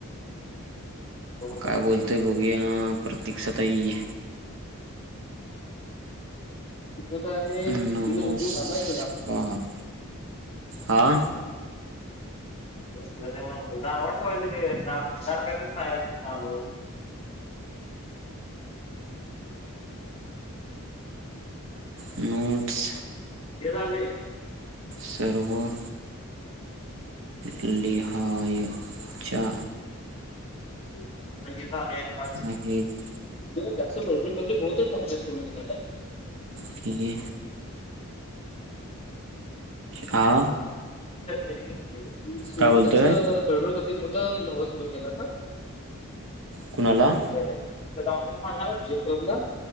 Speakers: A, on the left; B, on the right.
A: दोन होते.
B: काय बोलतोय बोघ प्रतीक्षा तई
A: त तर आहे
B: नमस्कार
A: सिझ मोठ झालं असध
B: आा
A: <unintelligible>
B: नोट्स
A: हे झाले.
B: सर्व लिहाच्या
A: आ का?
B: आहेत
A: जास्त प्रॉब्लेम प्र म्हणतच ना होण्या सोडून जात काय?
B: की हा
A: मेडिकल सोन
B: काय बोलतोय
A: जास्त बडबड गतीत मुद्ध नवरा सोडून गेला का?
B: कुणाला
A: अ त डॉक्टरला सांणार चेकपला